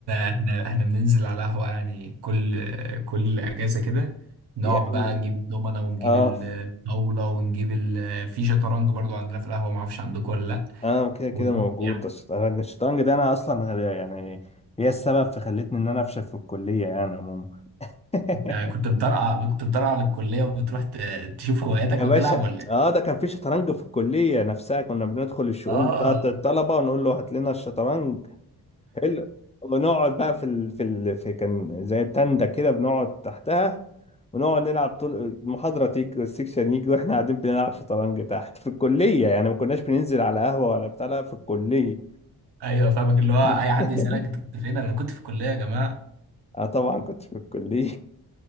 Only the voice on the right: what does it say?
احنا احنا بننزل على قهوة يعني كل كل اجازة كده نقعد
بقى نجيب دومنة ونجيب
الطاولة ونجيب ال... في شطرنج برضو عندنا في القهوة ما اعرفش عندكم ولا لا
وت-
يعني
انت كنت مطرقع كنت مطرقع للكلية وبتروح ت... تشوف هواياتك
وتلعب ولا ايه؟
اه
ايوه فاهمك اللي هو
اي حد يسألك انت كنت فين انا كنت في الكلية يا جماعة